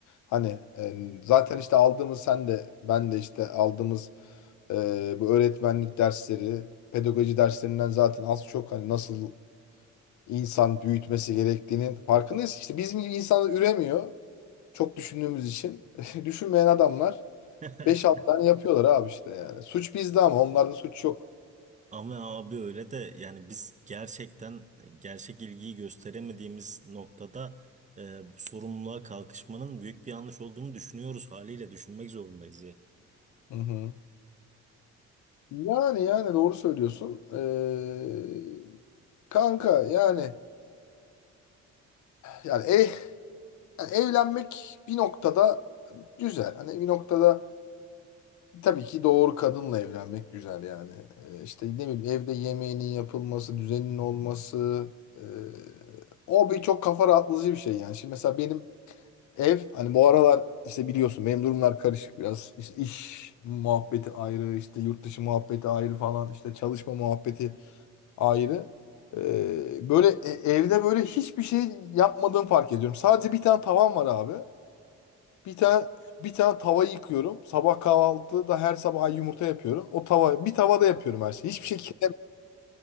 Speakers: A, on the left; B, on the right.
A: Hani e, zaten işte aldığımız sen de ben de işte aldığımız e, bu öğretmenlik dersleri, pedagoji derslerinden zaten az çok hani nasıl insan büyütmesi gerektiğinin farkındayız. İşte bizim gibi insanlar üremiyor. Çok düşündüğümüz için. <laughs> Düşünmeyen adamlar
B: <laughs>
A: beş 6 tane yapıyorlar abi işte yani. Suç bizde ama onlarda suç yok.
B: Ama abi öyle de yani biz gerçekten gerçek ilgiyi gösteremediğimiz noktada e, bu sorumluluğa kalkışmanın büyük bir yanlış olduğunu düşünüyoruz haliyle düşünmek zorundayız ya.
A: Hı hı. Yani yani doğru söylüyorsun. Ee, kanka yani yani, ev, yani evlenmek bir noktada güzel. Hani bir noktada Tabii ki doğru kadınla evlenmek güzel yani. Ee, işte ne bileyim evde yemeğinin yapılması, düzenin olması. e, o bir çok kafa rahatlatıcı bir şey yani. Şimdi mesela benim ev hani bu aralar işte biliyorsun benim durumlar karışık biraz. İşte iş muhabbeti ayrı, işte yurt dışı muhabbeti ayrı falan, işte çalışma muhabbeti ayrı. Ee, böyle e- evde böyle hiçbir şey yapmadığımı fark ediyorum. Sadece bir tane tavan var abi. Bir tane bir tane tava yıkıyorum. Sabah kahvaltıda her sabah yumurta yapıyorum. O tava bir tavada yapıyorum her şeyi. Hiçbir şey kirlem-